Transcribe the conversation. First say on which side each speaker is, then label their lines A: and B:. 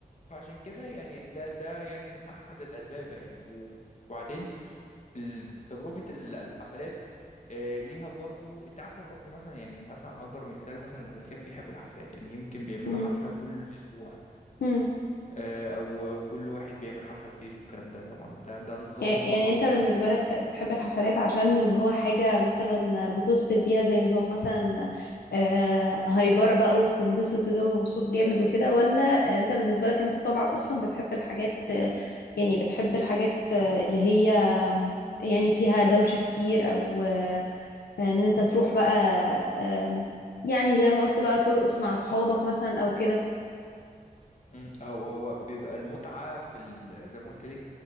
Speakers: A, on the left; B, on the left.
A: فعشان كده يعني ده ده يعني من احد الاسباب يعني و- وبعدين ال- تجربة ال- الحفلات آه، ليها برضو انت عارف يعني برضو مثلا يعني مثلا اكبر مثال مثلا الامريكان بيحبوا الحفلات يعني يمكن بيعملوا
B: مم.
A: حفلة كل اسبوع
B: مم.
A: آه، او أو كل واحد بيعمل حفلة في بيته والكلام ده طبعا ده ده نظام
B: يعني يعني
A: معروف
B: انت بالنسبة
A: عندهم
B: لك بتحب الحفلات عشان اللي هو حاجة مثلا بتوصل بيها زي نظام مثلا آه، هايبرة بقى وبتنبسط وتبقى مبسوط جامد وكده ولا انت بالنسبة لك انت طبعك اصلا بتحب الحاجات آه، يعني بتحب الحاجات آه، اللي هي آم، يعني فيها دوشة كتير او آه، ان انت تروح بقى آم، يعني زي ما قلت بقى ترقص مع اصحابك مثلا او كده
A: مم. هو هو بيبقى المتعة في ال... زي ما قلت لك